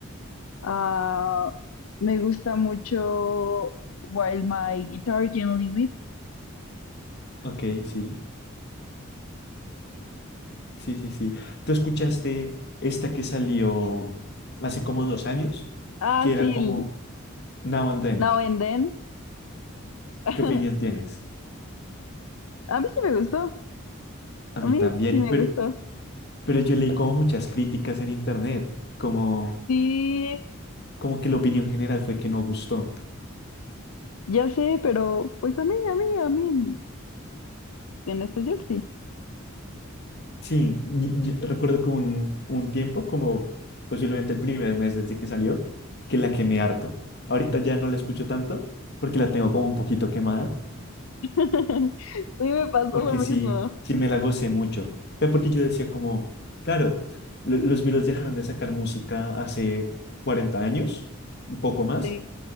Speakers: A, on the left (about 85°); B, on the left (about 50°).
A: Ah, me gusta mucho While My Guitar Gently Weeps.
B: ok, sí, sí, sí, sí. ¿Tú escuchaste esta que salió hace como dos años,
A: Ah,
B: que
A: sí,
B: era como
A: el
B: Now and Then?
A: Now and Then. <laughs>
B: ¿Qué opinión tienes?
A: A mí sí me gustó,
B: A
A: a
B: mí
A: mí
B: también.
A: sí me
B: pero
A: gustó.
B: Pero yo leí como muchas críticas en internet, como,
A: Sí,
B: como que la opinión general fue que no gustó.
A: ya sé, pero pues a mí, a mí, a mí en, en especial sí.
B: Sí, y- y recuerdo que un, un tiempo, como posiblemente el primer mes desde que salió, que la quemé harto. Ahorita ya no la escucho tanto porque la tengo como un poquito quemada,
A: <laughs> Sí me pasó
B: porque
A: lo mismo.
B: sí, sí me la gocé mucho. Fue porque yo decía como, claro, lo- los Beatles dejaron de sacar música hace 40 años, un poco más,
A: Sí.